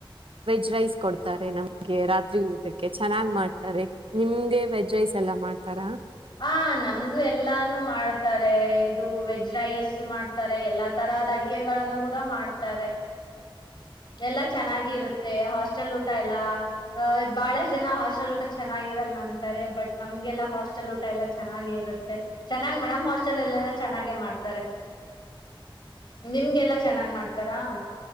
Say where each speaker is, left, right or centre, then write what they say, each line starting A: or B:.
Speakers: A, on the right; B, on the left.
A: ವೆಜ್ ರೈಸ್ ಕೊಡ್ತಾರೆ ನಮ್ಗೆ ರಾತ್ರಿ ಊಟಕ್ಕೆ ಚೆನ್ನಾಗ್ ಮಾಡ್ತಾರೆ. ನಿಮ್ಗೆ ವೆಜ್ ರೈಸ್ ಎಲ್ಲ ಮಾಡ ಮಾಡ್ತಾರಾ,
B: ಹ ನಮ್ಗು ಎಲ್ಲಾನು ಮಾಡ್ತಾರೆ. ಇದು ವೆಜ್ ರೈಸ್ ಮಾಡ್ತಾರೆ. ಎಲ್ಲಾ ತರದ ಅಡ ಗಳನ್ನು ಗೂಡ ಮಾಡ್ತಾರೆ ಎಲ್ಲ ಚೆನ್ನಾಗಿ ಇರುತ್ತೆ. ಹಾಸ್ಟೆಲ್, ಟಲ್ಲಾ ಅ ಬಹಳಷ್ಟ ಜನ ಹಾಸ್ಟೆಲ್ ಊಟ ಚೆನ್ನಾಗಿರಲ್ಲ ಅಂತಾರೆ. ಬಟ್ ನಮ್ಗೆಲ್ಲಾ ಹಾಸ್ಟೆ ಹಾಸ್ಟೆಲ್ ಊಟ ಎಲ್ಲ ಚೆನ್ನಾಗೆ ಇರುತ್ತೆ. ಚೆನ್ನಾಗೆ ಮೇಡ ಹಾಸ್ಟೆಲ್ ಎಲ್ಲೆಲ್ಲ ಚೆನ್ನಾಗೆ ಮಾಡ್ತಾರೆ. ನಿಮ್ಗೆಲ್ಲಾ ಚೆನ್ನಾಗ್ ಮಾಡ್ತಾರಾ.